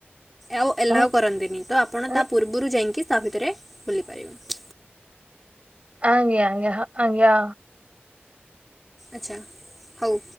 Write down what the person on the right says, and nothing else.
ତାନେ-
ତାନେ-
ଆଜ୍ଞା ଆଜ୍ଞା ହଁ ଆଜ୍ଞା।